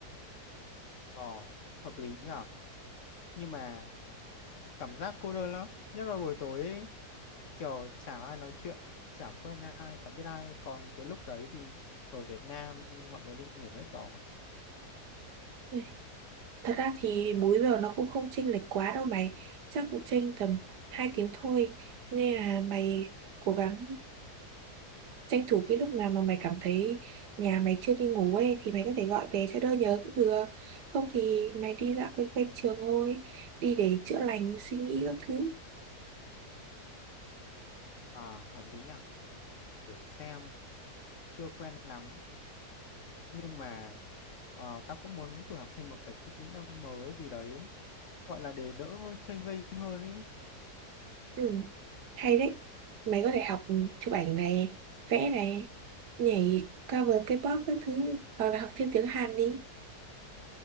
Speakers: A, on the left; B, on the right.
A: ờ hợp lý nhở nhưng mà cảm giác cô đơn lắm nhất là buổi tối ấy, kiểu chả ai nói chuyện chả quen ai chả biết ai còn cái lúc đấy thì ở Việt Nam mọi người đi ngủ hết rồi
B: Ê, thật ra thì múi giờ nó cũng không chênh lệch quá đâu mày chắc cũng chênh tầm hai tiếng thôi nên là mày cố gắng tranh thủ cái lúc nào mà mày cảm thấy nhà mày chưa đi ngủ ấy thì mày có thể gọi về cho đỡ nhớ cũng được không thì mày đi dạo quanh quanh trường thôi đi để chữa lành suy nghĩ các thứ
A: à hợp lý nhở để xem chưa quen lắm nhưng mà ờ, tao cũng muốn thử học thêm một cái kỹ năng mới gì đấy gọi là để đỡ chênh vênh hơn ý
B: ừ, hay đấy mày có thể học chụp ảnh này vẽ này nhảy cover K-pop các thứ hoặc là học thêm tiếng Hàn đi